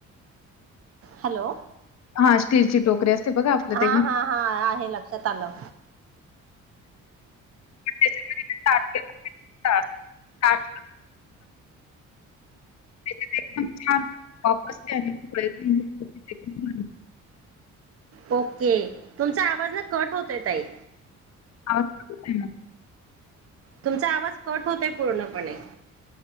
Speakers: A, on the right; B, on the left.
A: हॅलो.
B: हा स्टीलची टोकरी असते बघा आपलं
A: हा
B: ते घस.
A: हा हा आहे लक्षात आलं
B: त्याच्यामध्ये ते ताट केलं की ताट ताट एकम छान वापस घेण्याचा प्रयत्न.
A: ओके तुमचा आवाज ना कट होतय ताई.
B: ह हम्.
A: तुमचा आवाज कट होतय पूर्णपणे.